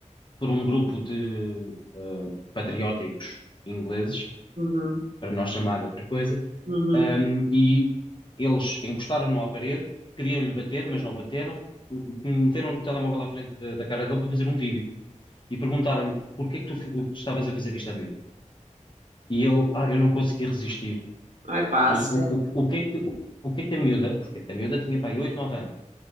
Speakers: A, on the left; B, on the right.
A: por um grupo de ah, patrióticos ingleses,
B: Uhum,
A: para não chamar outra coisa
B: uhum.
A: Um, e eles encostaram-no à parede, queriam-lhe bater, mas não bateram. m- Meteram um telemóvel à frente da, da cara dele para fazer um vídeo e perguntaram-lhe porquê é que tu fi- estavas a fazer isto à miúda? E ele, ah, eu não consegui resistir.
B: Ai, passa.
A: Mas o, o, o que é que, o que é que a miúda, porque a miúda tinha para aí 8 9 anos,